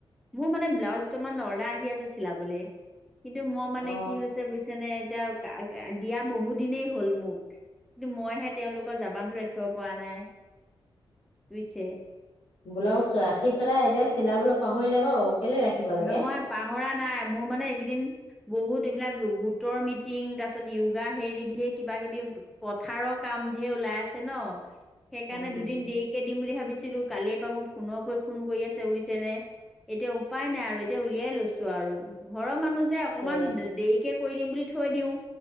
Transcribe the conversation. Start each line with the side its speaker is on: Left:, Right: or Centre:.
Centre: মোৰ মানে ব্লাউজ দুটামান অৰ্ডাৰ আহি আছে চিলাবলে। কিন্তু মই মানে
Left: অ
Centre: কি হৈছে বুইছেনে এতিয়া দিয়া বহু দিনেই হ'ল মোক। কিন্তু মইহে তেওঁলোকৰ জাবানটো ৰাখিব পৰা নাই। বুইছে?
Left: বোলাউছ চোৱা সি পেলাই এ চিলাবলৈ পাহৰিলে বাৰু। কেলে ৰাখিব লাগে
Centre: নহয় পাহৰা নাই, মোৰ মানে এইকেইদিন বহুত এইবিলাক গোটৰ মিটিং, তাৰ পিছত য়োগা হেৰি ধেৰ কিবা-কিবি, পথাৰৰ কাম ধেৰ ওলাই আছে ন। সেইকাৰণে
Left: উম
Centre: দুদিন দেৰিকে দিম বুলি ভাবিছ ছিলো কালিৰ পৰা মোক ফোনৰ পৰা ফোন কৰি আছে বুজিছেনে, এতিয়া উপাই নাই আৰু এতিয়া উলিয়াই লৈছো আৰু। ঘৰৰ মানুহ যে অকমান
Left: সে
Centre: দেৰিকে থৈ দিম বুলি থৈ দিওঁ।